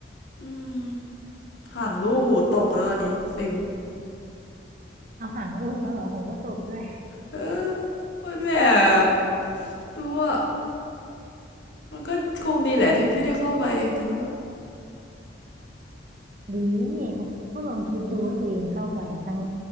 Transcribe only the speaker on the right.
เอาหางลูกแล้วเหรอโหก็ตบด้วย
ดีก็ลองคิดดูว่าตัวเองเข้าไปอะทั้ง